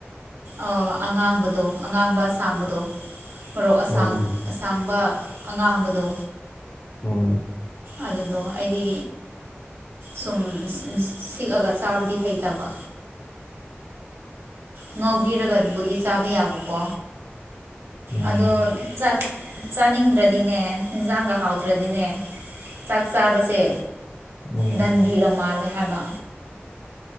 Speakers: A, on the right; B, on the left.
A: ꯑ ꯑꯉꯥꯡꯕꯗꯣ ꯑꯉꯥꯡꯕ ꯑꯁꯥꯡꯕꯗꯣ ꯃꯔꯣꯛ ꯑꯁꯥꯡ
B: ꯎꯝ
A: ꯑꯁꯥꯡꯕ ꯑꯉꯥꯡꯕꯗꯣ
B: ꯎꯝ
A: ꯑꯗꯨꯗꯣ ꯑꯩꯗꯤ ꯁꯨꯝ ꯁꯤꯛꯑꯒ ꯆꯥꯕꯗꯤ ꯍꯩꯇꯕ ꯉꯧꯕꯤꯔꯒꯕꯨꯗꯤ ꯆꯥꯕ ꯌꯥꯕꯀꯣ
B: ꯎꯝ
A: ꯑꯗꯣ ꯆꯥꯛ ꯆꯥꯅꯤꯡꯗ꯭ꯔꯗꯤꯅꯦ ꯏꯟꯖꯥꯡꯒ ꯍꯥꯎꯇ꯭ꯔꯗꯤꯅꯦ ꯆꯥꯛ ꯆꯥꯕꯁꯦ
B: ꯎꯝ
A: ꯗꯟꯒꯤꯒ ꯃꯥꯜꯂꯦ ꯍꯥꯏꯕ